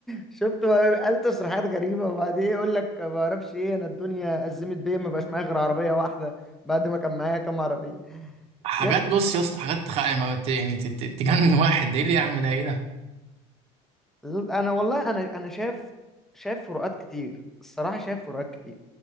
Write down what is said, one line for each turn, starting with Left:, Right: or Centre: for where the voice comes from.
Centre: شفت بقى، قال تصريحات غريبه وبعدين يقول لك ما اعرفش ايه انا الدنيا ازمت بيا ما بقاش معايا غير عربيه واحده بعد ما كان معايا كام عربيه
Right: حاجات
Centre: يب
Right: بص يا اسطى حاجات تخ... يعني ما ت- يعني تت- تت- تجنن <laughs> واحد ده ايه اللي يعمل ده ايه ده
Centre: انا والله انا انا شايف شايف فروقات كتير الصراحه شايف فروقات كتير